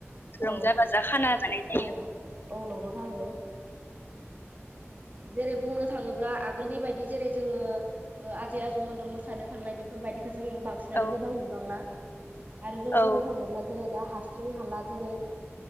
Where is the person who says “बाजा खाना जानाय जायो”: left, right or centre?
Left